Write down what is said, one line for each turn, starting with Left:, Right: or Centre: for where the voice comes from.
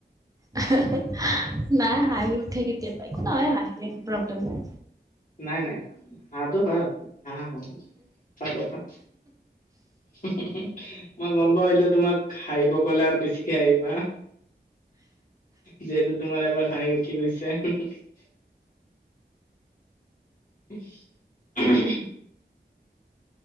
Right: <unintelligible> নাই হাঁহি উঠে কেতিয়াবা নহয় হাঁহিলে একো প্ৰব্লেম নাই।
Left: নাই, নাই, হাঁহটো ভাল। হা হ চথা <unintelligible> মই গম পাওঁ এতিয়া তোমাক হাহিব কলে আৰু বেছিকে হাহিবা। যিহেতু তোমাৰ এবাৰ হাঁহি উঠি গৈছে। <unintelligible>